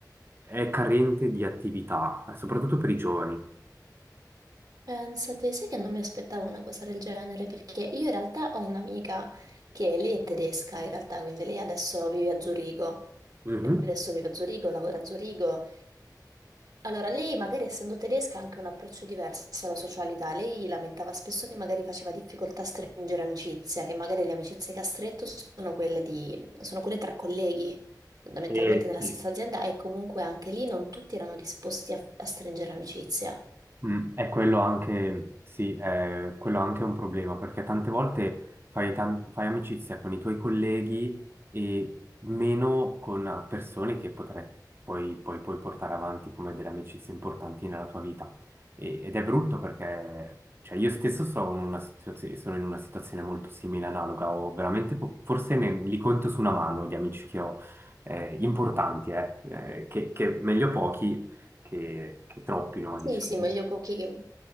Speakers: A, on the right (about 30°); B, on the right (about 60°).
A: è carente di attività, eh, soprattutto per i giovani.
B: Pensate, sai che non mi aspettavo una cosa del genere, perché io in realtà ho un'amica che lei è tedesca, in realtà, quindi lei adesso vive a Zurigo.
A: Mhm.
B: Adesso vive a Zurigo, lavora a Zurigo Allora, lei magari essendo tedesca ha anche un approccio diverso alla socialità. Lei lamentava spesso che magari faceva difficoltà a stringere amicizia, che magari le amicizie che ha stretto sono quelle di, sono quelle tra colleghi, fondamentalmente
A: E
B: nella
A: sì,
B: stessa azienda, e comunque anche lì non tutti erano disposti a, a stringere amicizia.
A: Mm, è quello anche, sì, è quello anche un problema, perché tante volte fai, tan- fai amicizia con i tuoi colleghi e meno con ah, persone che potrai, poi, poi puoi portare avanti come delle amicizie importanti nella tua vita. E- ed è brutto perché, cioè, io stesso sono in una situazio- sono in una situazione molto simile, analoga, ho veramente, po- forse ne, li conto su una mano gli amici che ho, eh, importanti, eh, eh, che, che meglio pochi che, che troppi, no,
B: Sì,
A: diciamo.
B: sì, meglio pochi che...